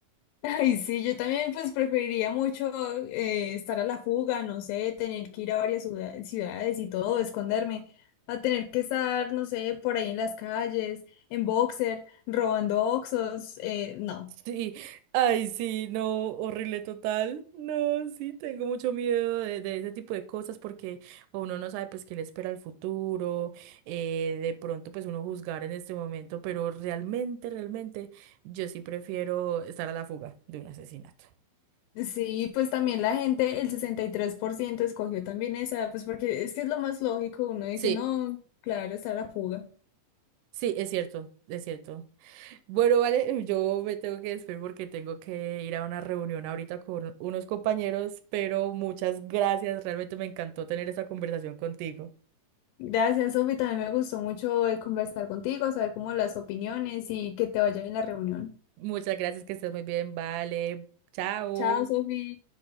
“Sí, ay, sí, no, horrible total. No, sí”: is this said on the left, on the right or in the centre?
Right